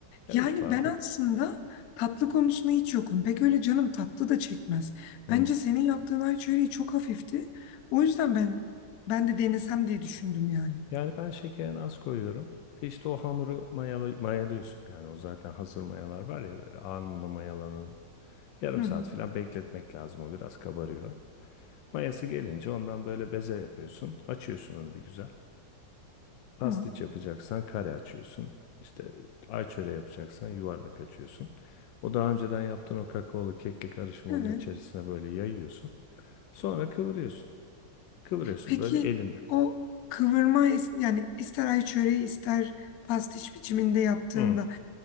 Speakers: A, on the left; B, on the left.
A: Ya
B: Yani
A: 3 bardak.
B: ben aslında tatlı konusunda hiç yokum. Pek öyle canım tatlı da çekmez.
A: Hı.
B: Bence senin yaptığın ay çöreği çok hafifti. O yüzden ben ben de denesem diye düşündüm yani.
A: Yani ben şekerini az koyuyorum. Bir de işte o hamuru mayala- mayalıyorsun. Yani o zaten hazır mayalar var ya böyle anında mayalanıyor. Yarım
B: Hı hı.
A: saat falan bekletmek lazım o biraz kabarıyor. Mayası gelince ondan böyle beze yapıyorsun. Açıyorsun onu bir güzel. Pastiç
B: Ama
A: yapacaksan kare açıyorsun. İşte ayçöre yapacaksan yuvarlak açıyorsun. O daha önceden yaptığın o kakaolu kekli karışımı
B: evet.
A: onun içerisine böyle yayıyorsun. Sonra kıvırıyorsun. Kıvırıyorsun
B: Peki
A: böyle elini.
B: o kıvırma es- yani ister ay çöreği ister pastiş biçiminde yaptığımda
A: Hı.